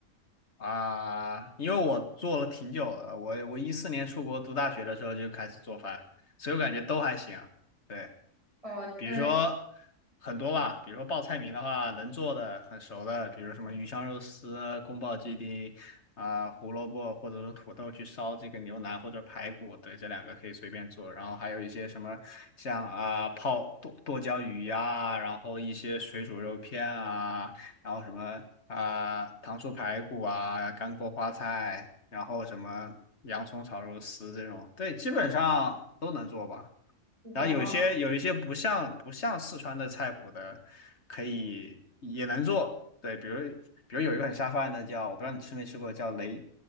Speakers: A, on the left; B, on the right.
A: 啊。因为我做了挺久了，我我一四年出国读大学的时候就开始做饭，所以我感觉都还行。对。
B: 哦，
A: 比如说
B: 那
A: 很多吧，比如说报菜名的话，能做的很熟的，比如什么鱼香肉丝啊、宫保鸡丁啊、胡萝卜或者说土豆去烧这个牛腩或者排骨，对，这两个可以随便做。然后还有一些什么像啊、泡剁剁椒鱼呀、然后一些水煮肉片啊，然后什么啊、糖醋排骨啊、干锅花菜，然后什么洋葱炒肉丝这种，对，基本上都能做吧。然后有些有一些不像不像四川的菜谱的，
B: 哇，
A: 可以也能做。对，比如比如有一个很下饭的叫，我不知道你吃没吃过，叫雷